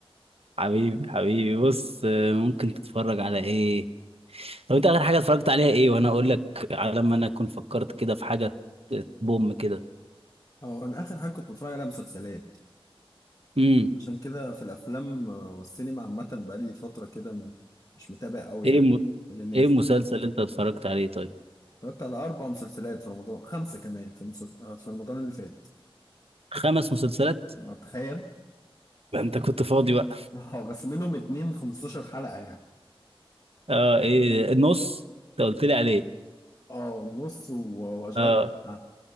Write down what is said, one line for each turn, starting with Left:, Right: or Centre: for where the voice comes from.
Right: حبيبي حبيبي بص آه، ممكن تتفرج على ايه طب انت اخر حاجه اتفرجت عليها ايه وانا اقول لك على ما انا اكون فكرت كده في حاجه بوم كده
Left: اه انا اخر حاجه كنت بتفرج عليها مسلسلات
Right: امم
Left: عشان كده في الافلام آه، والسينما عامه بقالي فتره كده م- مش متابع قوي
Right: ايه
Left: يعني
Right: م...
Left: اللي نازل
Right: ايه المسلسل اللي انت اتفرجت عليه طيب
Left: اتفرجت على اربع مسلسلات في رمضان خمسه كمان في مسل... آه، في رمضان اللي فات
Right: خمس مسلسلات
Left: آه، تخيل
Right: ما انت كنت فاضي بقى
Left: اه بس منهم اتنين 15 حلقه يعني
Right: اه ايه النص انت قلت لي عليه
Left: اه نص و- واشغال
Right: اه
Left: شقة.